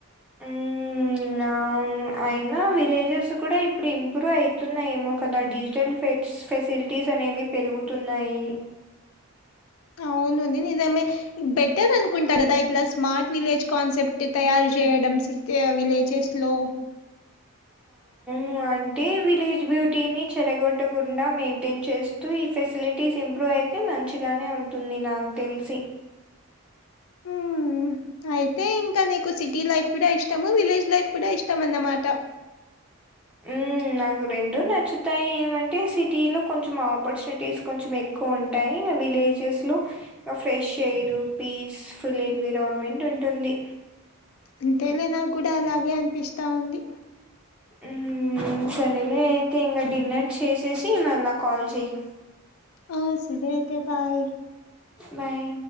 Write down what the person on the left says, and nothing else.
అవును అది నిజమే బెటర్ అనుకుంటా కదా ఇట్లా స్మార్ట్ విలేజ్ కాన్సెప్ట్ తయారు చేయడంస్ ఇలా విలేజెస్ లో
ఉ అయితే ఇంకా నీకు సిటీ లైఫ్ కూడా ఇష్టము విలేజ్ లైఫ్ కూడా ఇష్టం అన్నమాట
అంతేలె నాకు కూడా అలాగే అనిపిస్తా ఉంది
ఆ సరే అయితే బాయ్